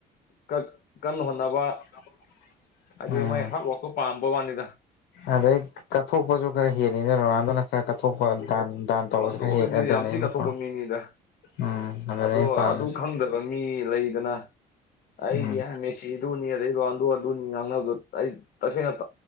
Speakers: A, on the left; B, on the left.
A: ꯀꯛ ꯀꯟꯅ ꯍꯣꯠꯅꯕ
B: <unintelligible>
A: ꯍꯥꯏꯗꯤ
B: ꯎꯝ
A: ꯃꯣꯏ ꯍ꯭ꯔꯥꯗ ꯋꯥꯛꯇꯣ ꯄꯥꯝꯕꯩ ꯋꯥꯅꯤꯗ
B: ꯑꯗꯩ ꯀꯠꯊꯣꯛꯄꯖꯨ ꯈꯔ ꯍꯦꯜꯂꯤꯅꯦ ꯔꯣꯅꯥꯜꯗꯣꯅ ꯈꯔ ꯀꯠꯊꯣꯛꯄ ꯗꯥꯟ ꯗꯥꯟ ꯇꯧꯕꯁꯨ
A: ꯔꯣꯅꯥꯟꯗꯣ
B: ꯈꯔ
A: ꯍꯣꯏꯗꯤ
B: ꯍꯦꯜꯂꯦ ꯑꯗꯨꯅꯦ
A: ꯌꯥꯝ
B: ꯑꯩꯅ
A: ꯊꯤ ꯀꯠꯊꯣꯛꯄ
B: ꯄꯥꯝ
A: ꯃꯤꯅꯤꯗ
B: ꯎꯝ ꯑꯗꯨꯅꯦ
A: ꯑꯗꯣ
B: ꯑꯩꯅ ꯄꯥꯝꯃꯤꯁꯦ
A: ꯑꯗꯨ ꯈꯪꯗꯅ ꯕ ꯃꯤ ꯂꯩꯗꯅ ꯑꯩꯗꯤ
B: ꯎꯝ
A: ꯑ ꯃꯦꯁꯤ ꯑꯗꯨꯅꯤ ꯑꯗꯩ ꯔꯣꯅꯥꯟꯗꯣ ꯑꯗꯨꯅꯤ ꯉꯥꯡꯅꯕꯗꯣ ꯑꯩ ꯇꯁꯦꯡ ꯇꯥ